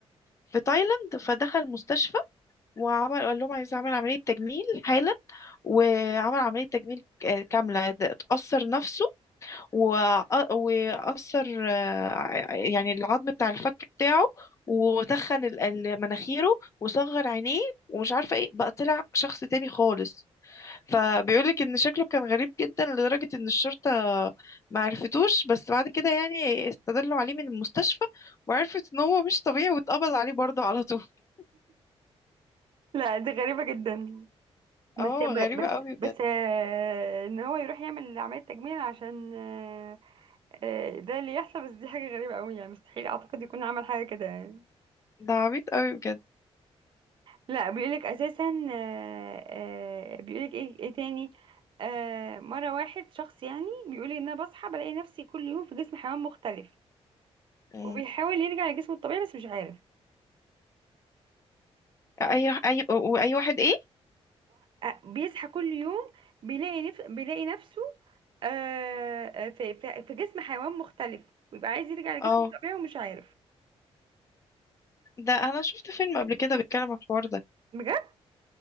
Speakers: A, on the left; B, on the right.
A: في تايلاند فدخل مستشفى وعمل قال لهم عايز اعمل عملية تجميل حالا وعمل عملية تجميل آه، كاملة ده- اتأثر نفسه وأ- وأثر آه، ع- يعني العظم بتاع الفك بتاعه وتخن ال- ال- مناخيره وصغر عينيه ومش عارفة ايه بقى طلع شخص تاني خالص فبيقولك ان شكله كان غريب جدا لدرجة ان الشرطة ما عرفتوش بس بعد كده يعني استدلوا عليه من المستشفى وعرفت ان هو مش طبيعي واتقبض عليه برضه على طول <laughs>
B: لا دي غريبة جدا بس
A: اه
B: ب-
A: غريبة
B: بس
A: قوي بجد
B: بس آه، ان هو يروح يعمل عملية تجميل عشان آه، آه، ده اللي يحصل بس دي حاجة غريبة قوي يعني مستحيل اعتقد يكون عمل حاجة كده يعني
A: ده عبيط قوي بجد
B: لا بيقولك اساسا آه، آه، بيقولك ايه ايه تاني آه، مرة واحد شخص يعني بيقولي ان انا بصحى بلاقي نفسي كل يوم في جسم حيوان مختلف
A: مم.
B: وبيحاول يرجع لجسمه الطبيعي بس مش عارف
A: اي اي واي واحد ايه
B: وبيصحى كل يوم بيلاقي نف... بيلاقي نفسه آه، آه، في في في جسم حيوان مختلف ويبقى عايز يرجع لجسمه
A: اه
B: الطبيعي ومش عارف
A: ده انا شفت فيلم قبل كده بيتكلم عن الحوار ده
B: بجد